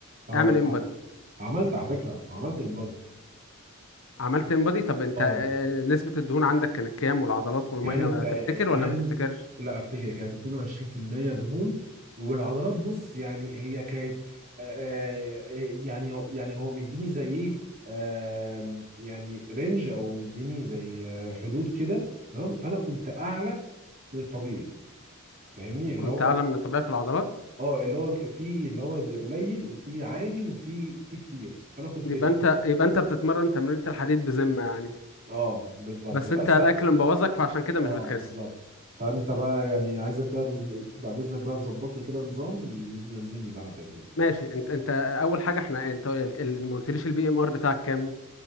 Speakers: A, on the right; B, on the left.
A: اه
B: اعمل ان
A: ع-
B: بادي
A: عملت على فكرة عملت انبادي
B: عملت انبادي طب انت
A: اه
B: آه، نسبة الدهون عندك كانت كام والعضلات والمية
A: كانت
B: تفتكر
A: كان
B: ولا ما تفتكرش
A: لا افتكر كانت 22% دهون والعضلات بص يعني هي كانت آه، آه، يعني هو يعني هو مديني زي ايه آه، يعني رينج او مديني زي آه، حدود كده تمام فانا كنت اعلى من الطبيعي فاهمني اللي
B: كنت
A: هو
B: اعلى من الطبيعي في العضلات
A: اه اللي هو في اللي هو زي قليل وفي عادي وفي في كتير فانا كنت
B: يبقى انت يبقى انت بتتمرن تمرينة الحديد بذمة يعني
A: اه بالظبط
B: بس
A: بس
B: انت الاكل
A: انا لسه
B: مبوظك فعشان كده
A: اه
B: مش بتخس
A: بالظبط فانت بقى يعني عايزك بقى تز- بعد اذنك بقى تظبط لي كده نظام ينزلني بقى بعد اذنك
B: ماشي انت انت اول حاجة احنا انت ال- ال- ما قلتليش البي ام ار بتاعك كام